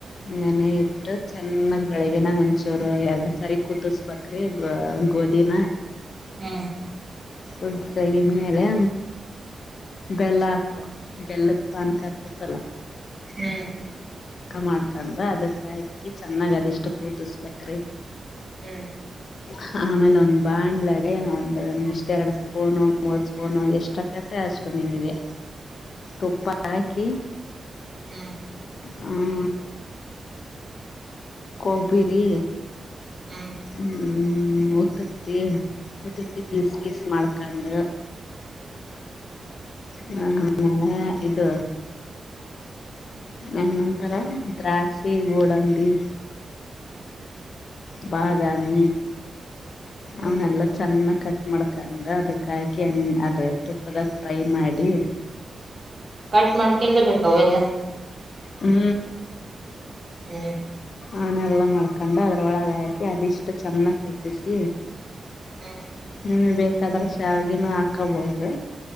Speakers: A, on the left; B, on the right.
A: ನೆನೆ ಇಟ್ಟು ಚೆನ್ನಾಗ್ ಬೆಳಗ್ಗಿನಾ ಒಂಚೂರು ಎರಡ್ ಸಾರಿ ಕುದುಸ್ ಬಕ್ ಕ್ರಿ ಗೋದಿನ.
B: ಹ್ಮ್
A: ಕುದ್ಸ್ ತಗಿದ್ಮೇಲೆ. ಬೆಲ್ಲ ಹಾಕ್ಬಕು ಬೆಲ್ಲದ್ ಪಾನ್ಕ ಇರ್ತತ್ತಲ್ಲ.
B: ಹ್ಮ್.
A: ಮಾಡ್ಕಂಡ್ರ ಅದಕ್ಕ ಹಾಕಿ ಚನ್ನಾಗ್ ಅದಿಷ್ಟು ಕೂದುಸ್ಬಕ್ರೀ.
B: ಹ್ಮ್.
A: ಹಾ ರಿ ಆಮೇಲೆ ಒಂದ್ ಬಾಣ್ಲೆಗೆ ಒಂದ ಒಂದ್ ಇಷ್ಟ ಎರಡು ಸ್ಪೂನು ಮೂರ್ ಸ್ಪೂನು ಎಷ್ಟಕತ್. ಷ್ಟೆ ಅಷ್ಟು ನಿಮಗೆ ತುಪ್ಪಾ ಹಾಕಿ.
B: ಹು
A: ಹ ಕೊಬ್ಬಿರಿ.
B: ಹು
A: ಹು ಉತ್ತತ್ತಿ ಉತ್ತತ್ತಿ ಪೀಸ್ ಕೀಸ್ ಮಾಡ್ಕೊಂಡ. ಹ ಆಮೇಲ ಇದು. ಮೆಲ್ ನಂತರ ದ್ರಾಕ್ಷಿ ಗೋಡಂಬಿ. ಬಾದಾಮಿ
B: ಹ್ಮ್
A: ಅವನೆಲ್ಲಾ. ಚೆನ್ನಾಗ ಕಟ್ ಮಾಡಕಂಡ ಅದಕ್ಕ ಹಾಕಿ ಅದ ತುಪ್ಪದಾಗ ಫ್ರೈ ಮಾಡಿ.
B: ಕಟ್ ಮಾಡ್ಕೊಂಡ ಬೇಕ ಅವೆಲ್ಲಾ.
A: ಹು
B: ಹು
A: ಆನೆಲ್ಲಾ ಮಾಡ್ಕೊಂಡ್ ಅದ್ರೊಳಗ ಹಾಕಿ ಅದಿಷ್ಟು ಚೆನ್ನಾಗಿ ಕುದಿಸಿ.
B: ಹು
A: ನಿಮಗ ಬೇಕಾದ್ರ ಶಾವಿಗಿನೂ ಹಾಕೋಬಹುದು.